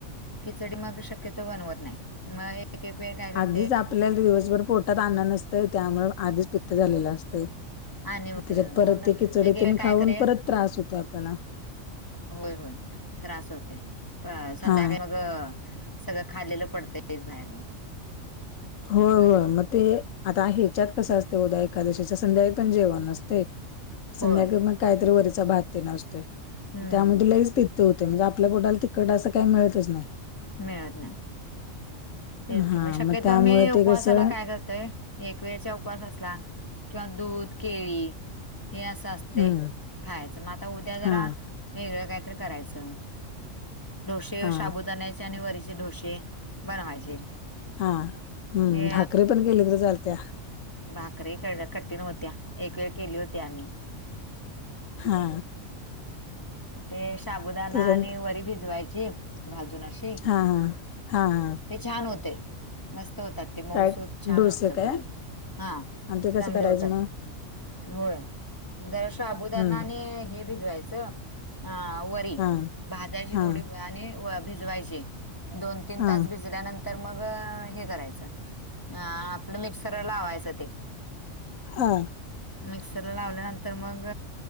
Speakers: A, on the left; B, on the left.
A: खिचडी मग शक्यतो बनवत नाही मग एक एक वेळ काय करते
B: आधीच आपल्या दिवसभर पोटात आन्न नसतंय त्यामुळ आधीच पित्त झालेलं असतंय मग
A: आणि होते
B: त्याच्यात परत
A: मग
B: ते खिचडी
A: एक एक
B: तेन
A: काय
B: खाऊन
A: करे
B: परत त्रास होतोय आपल्याला
A: होय होय त्रास होतोय प संध्याकाळी
B: हा
A: मग सगळं खालेलं पडतंय तेच बाहेर मग
B: होय होय
A: असं होत
B: मग ते आता ह्याच्यात कसं असतंय उद्या एकादशीच्या संध्याकाळी पण जेवण असतंय संध्याकाळी
A: होय
B: मग काहीतरी वरीचा भात तेन असतोय
A: हम्म
B: त्यामुळं ते लयचं पित त्त होतंय म्हणजे आपल्या पोटाला तिखट असं काही मिळतच नाही
A: मिळत नाही तेच
B: हा
A: कि मी शक्यतो
B: मग त्यामुळे
A: मी उपवासाला
B: ते कसं
A: काय करतोय एक वेळचा उपवास असला किंवा दूध केळी हे असं असतंय
B: हम्म
A: खायाचं मग आता उद्या जरा
B: हा
A: वेगळं काहीतरी करायचं डोशे
B: हा
A: शाबुदाण्या आणि वरीचे डोसे बनवायचे
B: हा हम्म
A: ते
B: भाकरी पण केली तरी चालत्या
A: भाकरी कर कठीण होत्या एक वेळ केली होती आम्ही
B: हा
A: ते शाबुदाना
B: त्याच्यानंतर
A: आणि वरी भिजवायची भाजून अशी
B: हा हा हा हा
A: ते छान होतंय मस्त होतात ते मऊसूत
B: काय
A: छान
B: डोसे
A: होतात
B: काय
A: मऊ हा
B: आणि ते
A: चांगले
B: कसं करायचं
A: होतात
B: मग
A: होय जरा शाबुदाना
B: हम्म
A: आणि हे भिजवायचं आ वरी
B: हा
A: भाजायची
B: हा
A: थोडी ब आणि भिजवायची दोन तीन
B: हा
A: तास भिजल्यानं तर मग हे करायचं अ आपलं मिक्सर लावायचं ते
B: हा
A: मिक्सरला लावल्यानंतर मग